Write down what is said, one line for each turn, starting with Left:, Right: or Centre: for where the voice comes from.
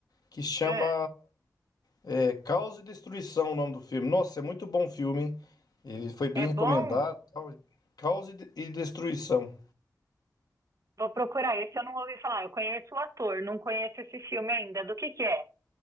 Left: que chama
Right: Ah,
Left: é, Caos e Destruição, o nome do filme. Nossa, é muito bom filme, hein? Ele foi bem
Right: é
Left: recomendado.
Right: bom?
Left: e tal. Caos e de- e Destruição.
Right: Vou procurar esse, eu não ouvi falar. Eu conheço o ator, não conheço esse filme ainda. Do que que é?